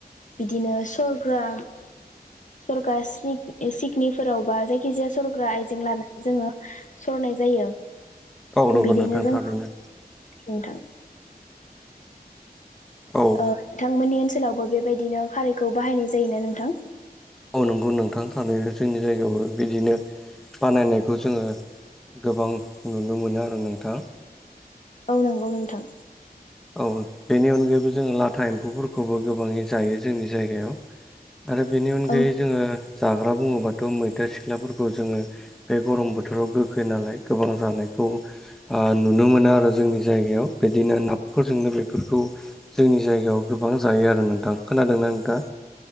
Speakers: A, on the left; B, in the centre.
A: बिदिनो सरग्रा सरग्रा सिक सिकनिफोरावबा जायखिजाया सरग्रा आयजें लाना जोङो सरनाय जायो
B: औ नंगौ
A: बिदिनो
B: नोंथां
A: जों
B: थारैनो
A: नोंथां
B: औ
A: ओ नोंथांमोननि ओनसोलावबो बेबायदिनो खारैखौ बाहायनाय जायोना नोंथां?
B: औ नंगौ नंगौ नोंथां थारैनो जोंनि जायगायावबो बिदिनो बानायनायखौ जोङो गोबां नुनो मोनो आरो नोंथां
A: औ नंगौ नोंथां
B: औ बेनि अनगायैबो जोङो लाथा एम्फौफोरखौबो गोबाङै जायो जोंनि जायगायाव आरो बेनि अनगायै
A: औ
B: जोङो जाग्रा बुङोबाथ' मैथा सिख्लाफोरखौ जोङो बे गरम बोथोराव गोखै नालाय गोबां जानायखौ ओ नुनो मोनो आरो जोंनि जायगायाव बिदिनो फोरजोंनो बेफोरखौ जोंनि जायगायाव गोबां जायो आरो नोंथां खोनादोंना नोंथाङा?